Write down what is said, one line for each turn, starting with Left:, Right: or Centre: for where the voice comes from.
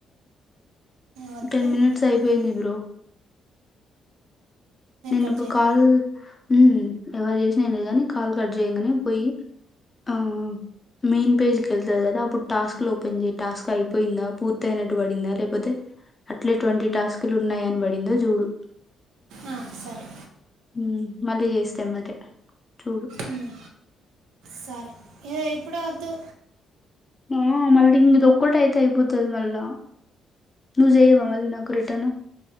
Right: వద్దులే
Left: టెన్ మినిట్స్
Right: అట
Left: అయిపోయింది
Right: కానీ
Left: బ్రో. నేను
Right: కట్
Left: ఇప్పుడు
Right: చేయాలా
Left: కాల్, ఉమ్ ఎవరు చేసినా ఏం లేదు గని కాల్ కట్ చెయ్యంగనే పోయి ఆ మెయిన్ పేజ్ కెళ్తది కదా అప్పుడు టాస్క్లు ఓపెన్ చేయ్, టాస్క్ అయిపోయిందా పూర్తి అయినట్టు పడిందా లేపోతే అట్లేటువంటి టాస్కులు ఉన్నాయనిబడిందో జూడు.
Right: ఆ సరే
Left: ఉమ్ మళ్ళీ చేస్తే ఎమ్మటే చూడు.
Right: ఉమ్, సరే ఇదే ఇప్పుడే వద్దు
Left: ఆ మళ్ళీ ఇంగ ఇదొక్కటి అయితే అయిపోతది మళ్ళా నుజేయవ మళ్ళీ నాకు రేటర్ను